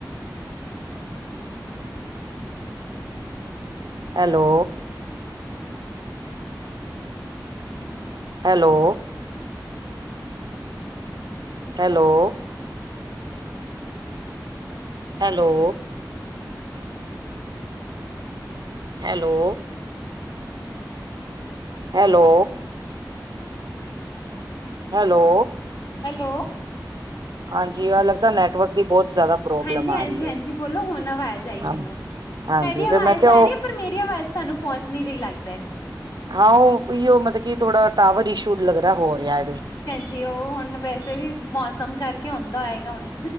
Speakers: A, on the right; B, on the left.
A: hello hello hello hello hello hello hello
B: hello
A: ਹਾਂਜੀ ਆਹ ਲੱਗਦਾ ਨੈਟਵਰਕ ਦੀ ਬਹੁਤ ਜ਼ਿਆਦਾ ਪ੍ਰੋਬਲਮ
B: ਹਾਂਜੀ
A: ਆ
B: ਹਾਂਜੀ
A: ਰਹੀ
B: ਹਾਂਜੀ
A: ਏ।
B: ਬੋਲੋ ਹੁਣ ਆਵਾਜ਼ ਆਈ ਮੈਨੂੰ
A: ਹਾਂ
B: ਤੁਹਾਡੀ
A: ਹਾਂਜੀ
B: ਆਵਾਜ਼
A: ਫੇਰ ਮੈਂ ਕਿਹਾ
B: ਆ ਰਹੀ
A: ਉਹ
B: ਪਰ ਮੇਰੀ ਆਵਾਜ਼ ਤੁਹਾਨੂੰ ਪਹੁੰਚ ਨੀ ਰਹੀ ਲੱਗਦਾ
A: ਹਾਂ ਉਹ ਓਹੀਓ ਮਤਲਬ ਕੀ ਥੋੜਾ ਟਾਵਰ ਇਸ਼ੂ ਲੱਗ ਰਿਹਾ ਹੋ ਰਿਹਾ ਵੇ
B: ਜੀ ਉਹ ਹੁਣ ਵੈਸੇ ਵੀ ਮੌਸਮ ਕਰਕੇ ਹੁੰਦਾ ਹੋਏਗਾ ਹੁਣ